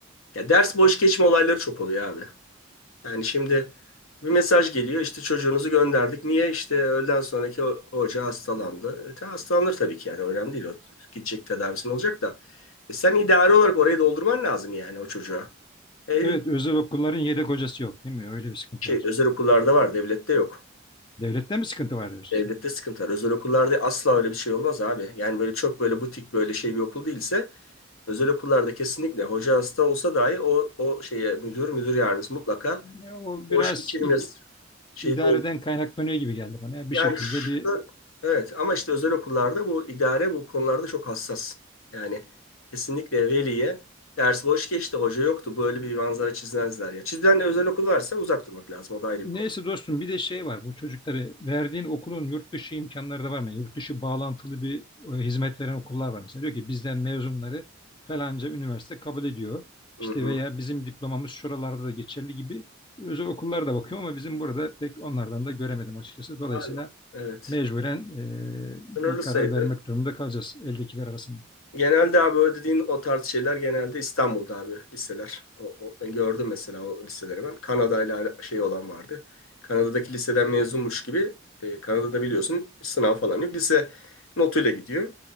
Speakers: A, on the left (about 80°); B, on the left (about 20°).
A: Ya ders boş geçme olayları çok oluyor abi. Yani şimdi bir mesaj geliyor işte çocuğunuzu gönderdik. Niye? İşte öğleden sonraki o- hoca hastalandı. E, ta- hastalanır tabii ki yani önemli değil. O gidecek tedavisi olacak da. E, sen idari olarak orayı doldurman lazım yani o çocuğa. E,
B: Evet, özel okulların yedek hocası yok, değil mi? Öyle bir sıkıntı
A: şey
B: var.
A: özel okullarda var, devlette yok.
B: Devlette mi sıkıntı var diyorsun
A: Devlette sıkıntı var. Özel okullarda asla öyle bir şey olmaz abi. Yani böyle çok böyle butik böyle şey bir okul değilse özel okullarda kesinlikle hoca hasta olsa dahi o o şeye müdür müdür yardımcısı mutlaka
B: sen? Ya, o
A: boş
B: biraz
A: geçirmez.
B: i-
A: Şeyi
B: idareden kaynaklanıyor gibi geldi bana. Yani Bir
A: Yani
B: şekilde
A: şu-
B: bir
A: evet ama işte özel okullarda bu idare bu konularda çok hassas. Yani kesinlikle veliye ders boş geçti, hoca yoktu. Böyle bir manzara çizmezler ya. Çizilen özel okul varsa uzak durmak lazım. O da ayrı
B: Neyse
A: bir konu.
B: dostum bir de şey var bu çocukları verdiğin okulun yurt dışı imkanları da var mı? Yani yurt dışı bağlantılı bir e, hizmet veren okullar var mesela. Diyor ki bizden mezunları falanca üniversite kabul ediyor.
A: Hı
B: İşte
A: hı.
B: veya bizim diplomamız şuralarda da geçerli gibi özel okullara da bakıyorum ama bizim burada pek onlardan da göremedim açıkçası. Dolayısıyla
A: Aynen. Evet.
B: mecburen e, bir
A: Sınırlı
B: karar
A: sayıda.
B: vermek durumunda kalacağız eldekiler arasında.
A: Genelde abi o dediğin o tarz şeyler genelde İstanbul'da abi liseler. O, o- ben gördüm mesela o liseleri ben. Kanada'yla şey olan vardı. Kanada'daki liseden mezunmuş gibi e, Kanada'da biliyorsun sınav falan yok. Lise notuyla gidiyor.